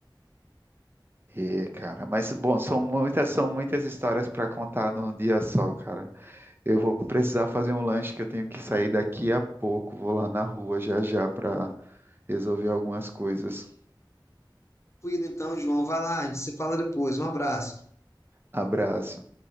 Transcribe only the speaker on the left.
Fui, então, João, vai lá, a gente se fala depois. Um abraço.